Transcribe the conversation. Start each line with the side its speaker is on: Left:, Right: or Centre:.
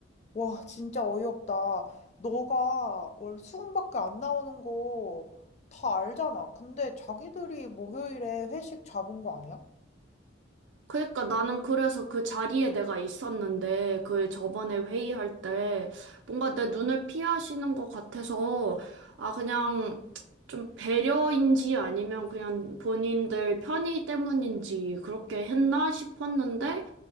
Left: 와, 진짜 어이없다. 너가 월 수금밖에 안 나오는 거 다 알잖아. 근데 자기들이 목요일에 회식 잡은 거 아니야?
Right: 그러니까 나는 그래서 그 자리에 내가 있었는데 그 저번에 회의할 때 뭔가 내 눈을 피하시는 것 같아서 아 그냥 좀 배려인지 아니면 그냥 본인들 편의 때문인지 그렇게 했나 싶었는데